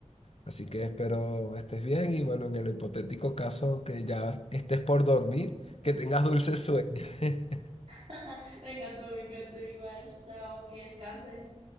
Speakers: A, on the left (about 60°); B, on the right (about 60°).
A: Así que espero estés bien y bueno, en el hipotético caso que ya estés por dormir, que tengas dulces sueños. <laughs>
B: <laughs> Me encantó, me encantó igual. Chao, que descanses.